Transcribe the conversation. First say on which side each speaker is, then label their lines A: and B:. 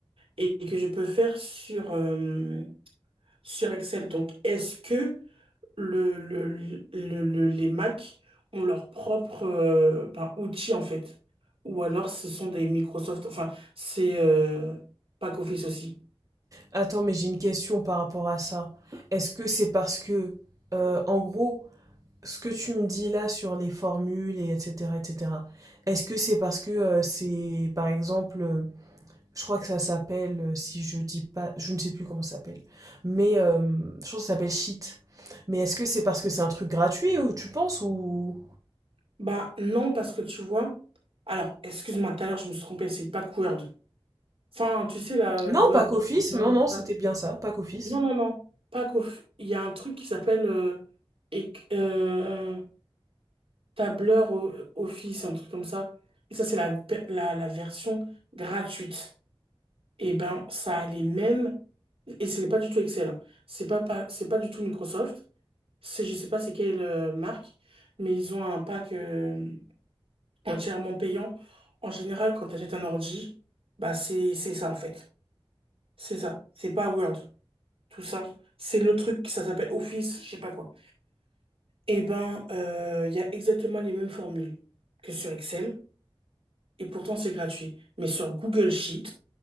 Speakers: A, on the right (about 70°); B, on the right (about 35°).
A: et et que je peux faire sur euh, sur Excel. Donc, est-ce que le, le- le- le- les Mac ont leur propre euh, ben, outil en fait? Ou alors ce sont des Microsoft, enfin, c'est euh, Office aussi.
B: Attends, mais j'ai une question par rapport à ça. Est-ce que c'est parce que, euh, en gros, ce que tu me dis là sur les formules et etc., etc., est-ce que c'est parce que euh, c'est, par exemple, euh, je crois que ça s'appelle, euh, si je dis pas, je ne sais plus comment ça s'appelle, mais euh, je crois que ça s'appelle sheet. Mais est-ce que c'est parce que c'est un truc gratuit ou tu penses ou...
A: Bah non, parce que tu vois, alors, excuse-moi, tout à l'heure je me suis trompé, c'est Pack Word. Enfin, tu sais, la
B: Non,
A: Word,
B: pas qu'office,
A: machin,
B: non,
A: tout
B: non, c'était
A: ça.
B: bien ça, pas qu'office.
A: Non, non, non, Pack Off- Il y a un truc qui s'appelle euh, éc- euh, tableur o- Office, un truc comme ça. Et ça, c'est la, pe- la, la version gratuite. Et ben, ça a les mêmes, et c'est pas du tout Excel. hein. C'est pas, pas, c'est pas du tout Microsoft. C'est, je sais pas c'est quelle euh, marque, mais ils ont un pack euh, entièrement payant. En général, quand tu achètes un ordi, bah, c'est, c'est ça, en fait. C'est ça. C'est pas Word. Tout ça. C'est le truc, ça s'appelle Office, je sais pas quoi. Et ben, euh, il y a exactement les mêmes formules que sur Excel. et pourtant c'est gratuit. Mais sur Google Sheet,